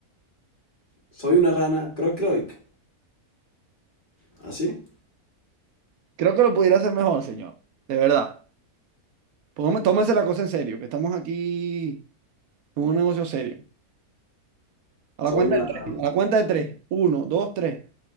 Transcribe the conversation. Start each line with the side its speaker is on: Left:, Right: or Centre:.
Left: soy una rana, croy croic. ¿Así?
Right: Creo que lo pudiera hacer mejor, señor. De verdad. Póngame- tómese la cosa en serio, que estamos aquí en un negocio serio. A
Left: Soy
Right: la cuenta
Left: una
Right: de
Left: rana,
Right: tres. A la cuenta de tres. Uno, dos, tres.